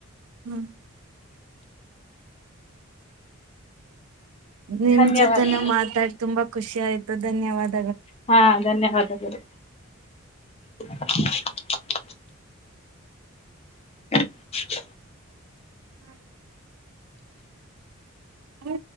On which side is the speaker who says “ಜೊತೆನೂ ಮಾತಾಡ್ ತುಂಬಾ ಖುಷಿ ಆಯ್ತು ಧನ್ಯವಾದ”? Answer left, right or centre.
Right